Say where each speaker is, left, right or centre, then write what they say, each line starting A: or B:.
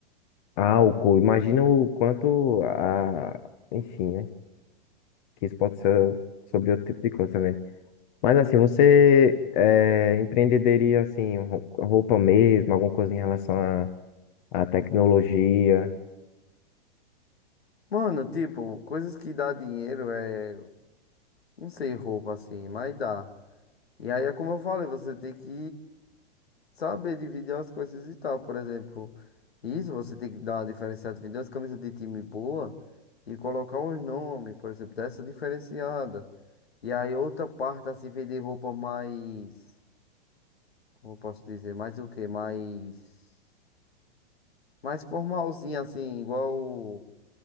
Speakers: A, on the left; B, on the left.
A: álcool. Imagina o quanto a. Enfim, né? Que isso pode ser sobre outro tipo de coisa também. Mas assim, você é, empreendedoria assim, rou- roupa mesmo, alguma coisa em relação à à tecnologia,
B: Mano, tipo, coisas que dá dinheiro é, não sei, roupa assim, mas dá. E aí é como eu falei, você tem que saber dividir as coisas e tal. Por exemplo, isso você tem que dar uma diferenciada, vender umas camisas de time boa e colocar uns nomes, por exemplo, dessa diferenciada. E aí outra parte assim, vender roupa mais, como eu posso dizer, mais o quê? Mais, mais formalzinha assim, igual